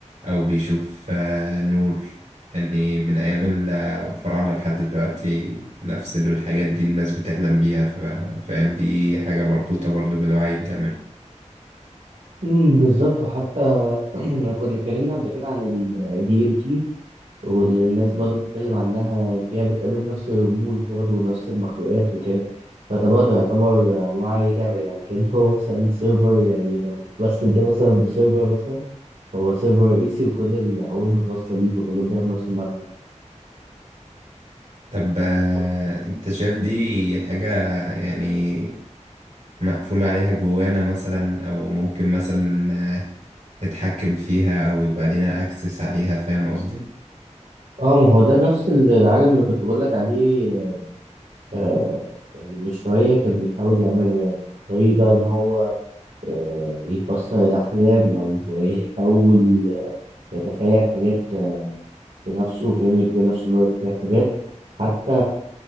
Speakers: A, on the right (about 75°); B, on the right (about 80°).
A: أو بيشوف آه، نور يعني من أيام الفراعنة لحد دلوقتي نفس الحاجات دي الناس بتحلم بيها ف- فاهم دي حاجة مربوطة برضه بالوعي الجمعي
B: أمم، بالظبط وحتى <clears throat> كنا اتكلمنا قبل كده عن ال DMT واللي الناس برضه بتتكلم عنها فيها بتقابل نفس الرموز برضه ونفس المخلوقات وكده فده برضه يعتبر وعي جمعي يعني كان هو مثلا سيرفر يعني لو بس ده مثلا بسيرفر مثلا هو سيرفر رئيسي وكل العقول متواصلة بيه فكلهم بياخدوا نفس المعلومات
A: طب آه،
B: طب-
A: أنت شايف دي حاجة يعني مقفول عليها جوانا مثلا أو ممكن مثلا آه، نتحكم فيها ويبقى لينا اكسس عليها فاهم قصدي
B: اه ما هو ده نفس العالم اللي كنت بقول لك عليه آه يعني من شوية كان بيحاول يعمله يعني عن طريق بقى إن هو آه يفسر الأحلام أو يحاول يتخيل حاجات آه، بنفسه فاهم يجبر نفسه إن هو يتخيل حاجات حتى